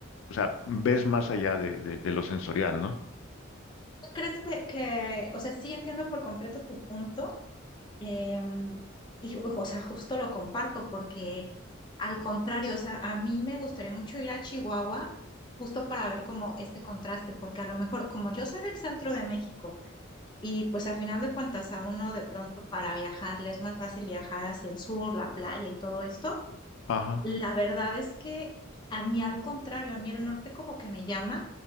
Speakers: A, on the left; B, on the left.
A: o sea, ves más allá de, de- de lo sensorial, ¿no?
B: crees que, que, o sea, sí entiendo por completo tu punto, em, y, ju- o sea, justo lo comparto porque al contrario, o sea, a mí me gustaría mucho ir a Chihuahua justo para ver como este contraste, porque a lo mejor, como yo soy del centro de México, y pues a final de cuentas a uno de pronto para viajar le es más fácil viajar hacia el sur, la playa y todo esto,
A: Ajá.
B: la verdad es que a mí al contrario, a mí el norte como que me llama.